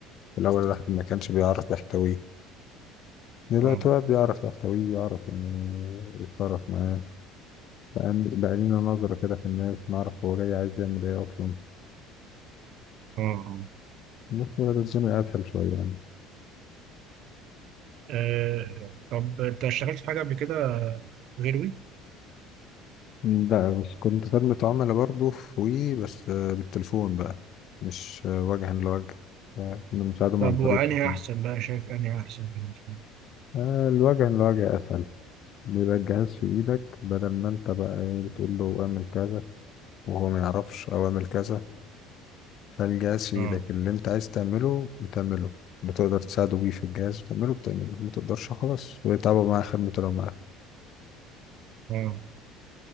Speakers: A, on the left; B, on the right.
A: في الأول الواحد ما كانش بيعرف يحتويه دلوقتي
B: اه
A: بقى بيعرف يحتويه يعرف يعني يتصرف معاه بقى بقى لينا نظرة كده في الناس نعرف هو جاي عايز يعمل ايه أصلا
B: اه اه
A: بس بقى الدنيا أسهل شوية يعني
B: آه، طب انت اشتغلت في حاجة قبل كده غير وي؟
A: لا بس كنت خدمة عملاء برضه في وي بس آه، بالتليفون بقى مش آه، وجها لوجه آه، كنا بنساعدهم
B: طب
A: عن طريق
B: وانهي
A: التليفون
B: احسن بقى شايف انهي احسن بالنسبة لك؟
A: آه، الوجها لوجه أسهل بيبقى الجهاز في إيدك بدل ما أنت بقى إيه بتقول له اعمل كذا وهو ما يعرفش او اعمل كذا فالجهاز في
B: اه
A: ايدك اللي انت عايز تعمله بتعمله بتقدر تساعده بيه في الجهاز بتعمله بتعمله ما تقدرش خلاص ويتعبوا معاه خدمته لو معاه
B: اه